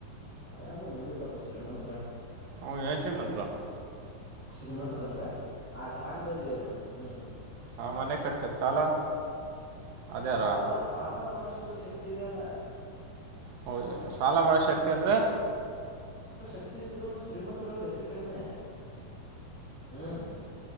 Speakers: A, in the centre; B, on the right.
A: ಮನೆ ಅಂದ್ರೆ ಮುಗ ತಪಸ್ರೀ ಮಂತ್ರ
B: ಹ ಏನ್ ಶ್ರೀಮಂತರು
A: ಶ್ರೀಮಂತರ ಅಂದ್ರೆ ಆ ಜಾಗದಲ್ಲಿ ಇರೋ ಹ್ಮ್
B: ಹ ಮನೆ ಕಟ್ಸಕ್ ಸಾಲ ಅದ್ಯಾರ
A: ಸಾಲ ಸಾಲ ಮಾಡಷ್ಟರ ಶಕ್ತಿ ಇದೆಯಲ್ಲ
B: ಹಓ ಸಾಲ ಮಾಡೋ ಶಕ್ತಿ ಅಂದರೆೆ
A: ಹತಿದ್ರುನು ಶ್ರೀಮಂತ್ರವ್ರು ಹೆಚ್ಚು ಕಡಿಮೆ ಹ್ಮ್